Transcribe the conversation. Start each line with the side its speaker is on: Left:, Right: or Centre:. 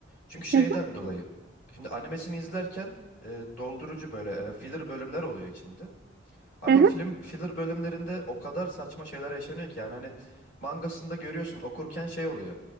Left: Çünkü şeyden
Right: hı hı,
Left: dolayı. Şimdi animesini izlerken e, doldurucu böyle e, filler bölümler oluyor içinde. Abi
Right: hı hı.
Left: o film filler bölümlerinde o kadar saçma şeyler yaşanıyor ki yani hani mangasında görüyorsun okurken şey oluyor.